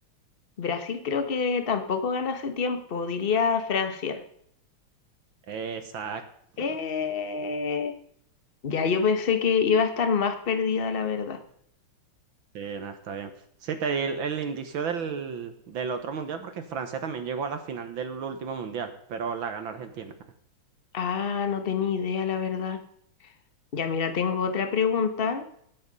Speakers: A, on the left (about 30°); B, on the right (about 65°).
A: Brasil creo que tampoco gana hace tiempo, diría Francia.
B: Exacto.
A: Eh, Ya, yo pensé que iba a estar más perdida, la verdad.
B: Sí, nada, está bien. Sí, te di el, el indicio del, del otro mundial porque Francia también llegó a la final del último mundial, pero la ganó Argentina.
A: Ah, no tenía idea, la verdad. Ya, mira, tengo otra pregunta